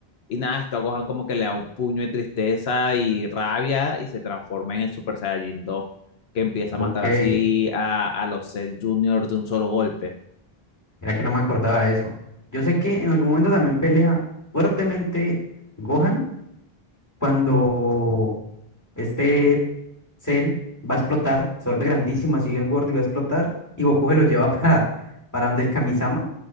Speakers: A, on the left (about 80°); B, on the left (about 15°).
A: Y nada, esto a Gohan como que le da un puño de tristeza y rabia y se transforma en el Super Saiyajin dos que empieza a
B: Ok,
A: matar
B: era
A: así a, a los Cell Junior de un solo golpe,
B: que no me acordaba de eso. Yo sé que en algún momento también pelea fuertemente Gohan cuando este Cell va a explotar, se vuelve grandísimo, así bien gordo y va a explotar, y Goku se lo lleva <laughs> para, para donde el Kamisama,